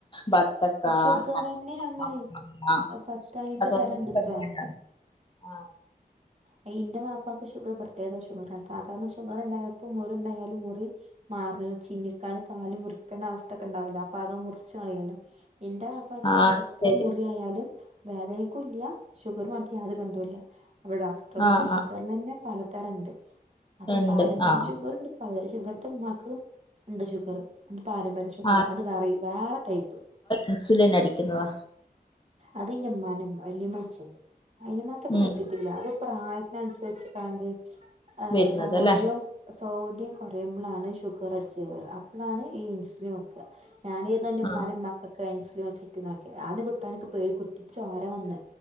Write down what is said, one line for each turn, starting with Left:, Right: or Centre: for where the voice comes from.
Left: ബത് ത്തക്ക
Right: ഷുഗറന്നെ
Left: ചക്ക
Right: നമ്മള്
Left: മാങ്ങ
Right: പത്തയ്മ്പത്
Left: അതൊന്നും
Right: തരംണ്ട്ത്രേ
Left: കഴിക്കണ്ടാന്ന് ആ
Right: അ ഇന്റെ വാപ് പ്പാക്ക് ഷുഗർ പ്രത്യേക പ്രത്യേകത ഷുഗർ സാധാരണ ഷുഗർ ഉണ്ടായപ്പോ മുറി ഉണ്ടായാലും മുറി മാറില്ല ചിന്നിക്കാട് കാല് മുറിക്കേണ്ട അവസ്ഥ ഒക്കെ ഉണ്ടാവില്ല അപ്പ ആകെ മുറിച്ച് കളയല്ലോ എന്റെ വാപ്പാക്ക്
Left: ആ
Right: എത്ര
Left: ശരി
Right: മുറിയായാലും വേദനക്കും ഇല്ല ഷുഗർ മാക്കി യാതൊരു ബന്ധോ ഇല്ല അവിടെ ഡോക്ടർ പറയാ
Left: ആ
Right: ഷുഗർലന്നെ
Left: ആ
Right: പല ത്തരണ്ട് അതും
Left: ഉണ്ട്
Right: പാരമ്പര്യ
Left: ആ
Right: ഷുഗറ്ണ്ട് പ ഇവിടുത്തെ ഉമ്മാക്ക് ഉണ്ട് ഷുഗർ പാരമ്പര്യ ഷുഗറാ
Left: ആ
Right: അത് വേ വേറെ ടൈപ്പ്
Left: ഇൻസുലിൻ അടിക്കുന്നതാ
Right: അതിന്റെ ഉമ്മാന്റെ ഉമ്മ വല്യമച്ചണ്ട് അയിനുമാത്തൊക്കെ
Left: ഉം
Right: നിത്തിത്തില്ല അതു പ്രായത്തിന അനുസരിച്ചിട്ടാണ്ട് ആ
Left: വരുന്നത്
Right: സോഡിയും
Left: അല്ലേ
Right: സോഡിയം കുറയുമ്പോളാണ് ഷുഗർ അടിച്ച് കേറുവ അപ്പോളാണ് ഈ ഈൻസ് സുലിൻ വെക്ക ഞാൻ ഇത് എന്റെ
Left: ആ
Right: ഉമ്മാന്റെ ഉമ്മാ ക്കിൻസുലിൻ വെച്ച് കൊടുക്കുന്നതൊക്കെ ആദ്യം കുത്താൻക്ക് പേടി കുത്തി ചോര വന്ന്